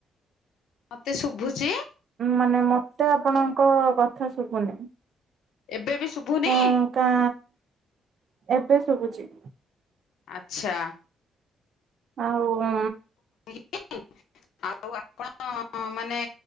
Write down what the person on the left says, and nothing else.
ମତେ ଶୁଭୁଛି।
ଏବେ ବି ଶୁଭୁନି
ଆଚ୍ଛା।
<inaudible> ଆଉ ଆପଣ ମାନେ